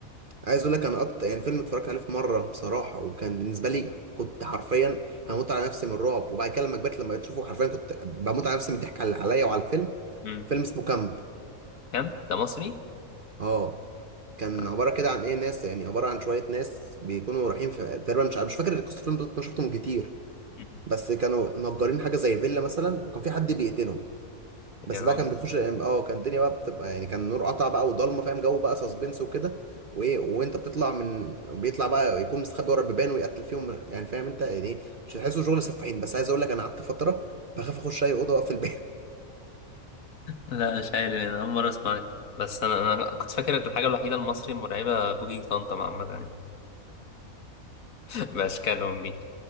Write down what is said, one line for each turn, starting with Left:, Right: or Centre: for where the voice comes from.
Right: عايز اقول لك انا اكتر يعني فيلم اتفرجت عليه في مره بصراحه وكان بالنسبه لي كنت حرفيا هموت على نفسي من الرعب وبعد كده لما كبرت لما بتشوفه حرفيا كنت بموت على نفسي من الضحك على عليا وعلى الفيلم
Left: مم.
Right: فيلم اسمه كامب
Left: كم ده مصري
Right: اه كان
Left: آه.
Right: عباره كده عن ايه ناس يعني عباره عن شويه ناس بيكونوا رايحين في تقريبا مش عارف- مش فاكر قصه الفيلم بالظبط انا شفتهم كتير
Left: مم.
Right: بس كانوا مأجرين حاجه زي فيلا مثلا وكان في حد بيقتلهم بس
Left: يا راجل
Right: بقى كان بيخش الام اه كان الدنيا بقى بتبقى يعني كان النور قطع بقى وضلمه فاهم جو بقى سسبنس وكده وايه وانت بتطلع من بيطلع بقى يكون مستخبي ورا البيبان ويقتل فيهم يعني فاهم انت يعني ايه مش هتحسه شغل سفاحين بس عايز اقول لك انا قعدت فتره بخاف اخش اي اوضه واقفل الباب
Left: لا مش عارف انا اول مره اسمعك بس انا انا كنت فاكر الحاجه الوحيده المصري المرعبه بوجي وطنطا عامه يعني <laughs> باشكالهم دي